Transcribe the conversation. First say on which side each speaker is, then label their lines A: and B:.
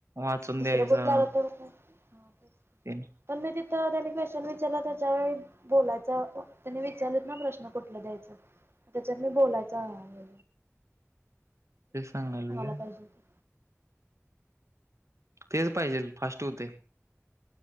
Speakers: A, on the right (about 70°); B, on the right (about 50°).
A: वाचून
B: दुसरं
A: द्यायचा
B: कुठलं आलंत तर मग काय
A: ते
B: पण मी तर त्यांनी क्वेशन विचारला त्याच्या वर बोलायच, त्यानी विचारलत ना प्रश्न कुठला द्यायच? त्याच्यात मी बोलायच आहे.
A: ते सांगालोय
B: पाहिजे होत.
A: तेच पाहिजेल फास्ट हुतय.